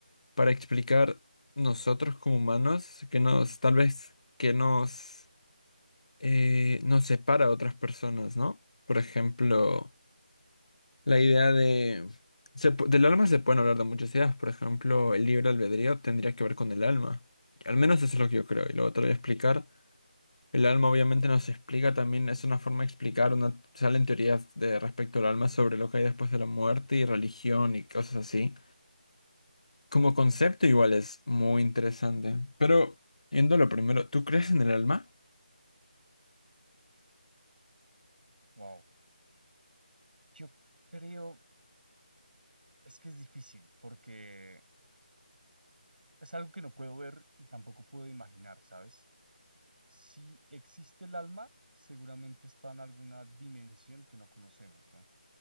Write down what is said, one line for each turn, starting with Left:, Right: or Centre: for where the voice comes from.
Left: Para explicar nosotros como humanos, que nos, tal vez, que nos, eh, nos separa a otras personas, ¿no? Por ejemplo, la idea de... se pu- del alma se pueden hablar de muchas ideas. Por ejemplo, el libre albedrío tendría que ver con el alma. Al menos eso es lo que yo creo, y luego te lo voy a explicar. El alma obviamente nos explica también, es una forma de explicar, una, salen teorías de respecto al alma sobre lo que hay después de la muerte y religión y cosas así. Como concepto igual es muy interesante. Pero, yendo a lo primero, ¿tú crees en el alma?
Right: wow. Yo creo, es que es difícil porque es algo que no puedo ver y tampoco puedo imaginar, ¿sabes? Si existe el alma, seguramente está en alguna dimensión que no conocemos, ¿no?